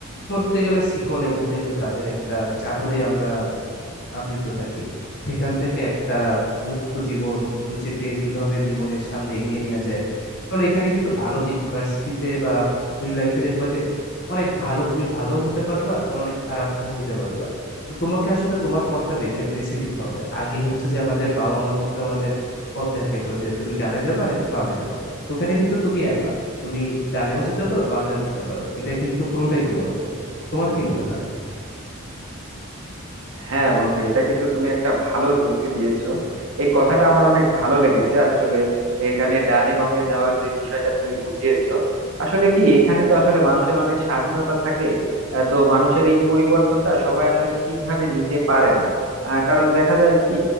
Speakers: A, on the left; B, on the right.
A: বলতে গেলে শিকলে বলতে গেলে তাদের একটা চাদরে আমরা আবৃত থাকি সেখান থেকে একটা মুক্ত জীবন নিজেকে কিভাবে জীবনের সামনে এগিয়ে নিয়ে যায় কারণ এখানে কিন্তু ভালো দিক ভার্সিটিতে বা ওই লাইফে দেখবা যে অনেক ভালো তুমি ভালো হতে পারবা আবার অনেক খারাপও হইতে পারবা তো তোমাকে আসলে তোমার পথটা বেছে বেছে নিতে হবে আগে হচ্ছে যে আমাদের বাবা মা কিন্তু আমাদের পথ দেখাইতো যে তুমি ডানে যাবা নাকি বামে যাবা ওখানে কিন্তু তুমি একা তুমি ডানেও যেতে পারো বামেও যেতে পারো এটা কিন্তু পুরোটাই তোমার উপর তোমার কি মনে হয়
B: হ্যাঁ বন্ধু এটা কিন্তু তুমি একটা ভালো যুক্তি দিয়েছো এই কথাটা আমার অনেক ভালো লেগেছে আসলে এখানে ডানে বামে যাওয়ার যে বিষয়টা তুমি বুঝিয়েছো আসলে কি এখানে তো আসলে মানুষের অনেক স্বাধীনতা থাকে আহ, তো মানুষের এই পরিবর্তনটা সবাই আসলে ঠিকভাবে নিতে পারে না আহ, কারণ দেখা যায় কি